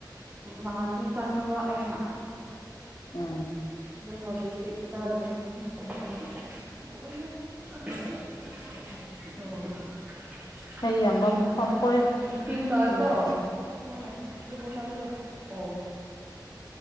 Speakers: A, on the right (about 20°); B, on the left (about 65°).
A: ꯅꯍꯥꯟꯗꯤ ꯆꯥꯅꯤꯡꯕ ꯑꯩꯅ
B: ꯎꯝ
A: ꯅꯣꯢ ꯍꯧꯖꯤꯛꯇꯤ ꯆꯥꯗꯔꯦ <unintelligible>
B: ꯍꯩ ꯌꯥꯝꯕ ꯃꯐꯝ
A: ꯑ
B: ꯀꯣꯏ
A: ꯏꯁꯤꯡ ꯇꯥꯏꯀꯣ
B: ꯅꯨꯡꯉꯥꯏꯕꯅꯦ
A: <unintelligible> ꯑꯣ